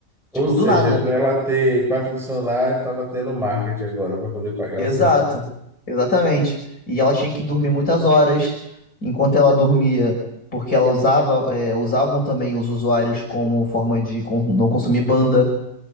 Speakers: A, on the left; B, in the centre.
A: Tipo,
B: Ou seja,
A: do nada.
B: para ela ter, para funcionar, estava tendo marketing agora para poder pagar
A: Exato,
B: o serviço.
A: exatamente. E ela tinha que dormir muitas horas. Enquanto ela dormia, porque ela usava, é, usavam também os usuários como forma de con- não consumir banda.